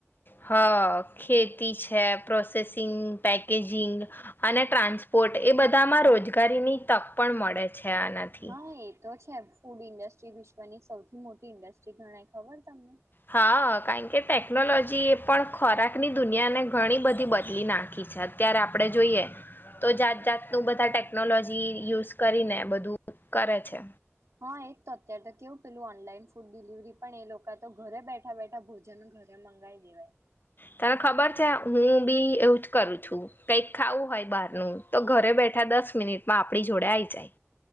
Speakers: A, on the left; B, on the right.
A: હ ખેતી છે પ્રોસેસિંગ પેકેજિંગ અને ટ્રાન્સપોર્ટ એ બધામાં રોજગારીની તક પણ મળે છે આનાથી.
B: હા એ તો છે ફૂડ ઇન્ડસ્ટ્રી વિશ્વની સૌથી મોટી ઇન્ડસ્ટ્રી ગણાય ખબર તમને?
A: હા કારણ કે ટેકનોલોજી એ પણ ખોરાકની દુનિયાને ઘણી બધી બદલી નાખી છે અત્યારે આપણે જોઈએ તો જાત જાતનું બધા ટેકનોલોજી યુઝ કરીને બધું કરે છે.
B: હા એ તો અત્ય્યારે તો કેવું પેલું ઓનલાઈન ફૂડ ડિલિવરી પણ એ લોકો તો ઘરે બેઠા બેઠા ભોજન ઘરે મંગાવી દેવાય.
A: તને ખબર છે હું બી એવું જ કરું છું કઈક ખાવું હોય બહારનું તો ઘરે બેઠા દસ મિનિટમાં આપણી જોડે આઈ જાય.